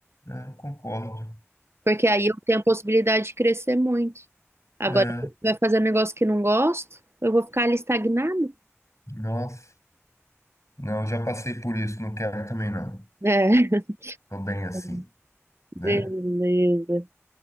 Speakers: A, on the left (about 85°); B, on the right (about 60°).
A: É, eu concordo.
B: Porque aí eu tenho a possibilidade de crescer muito. Agora,
A: É,
B: se eu vai fazer um negócio que não gosto, eu vou ficar ali estagnado.
A: nossa. Não, já passei por isso, não quero também não.
B: É.
A: Tô bem assim,
B: <laughs>
A: né?
B: Beleza.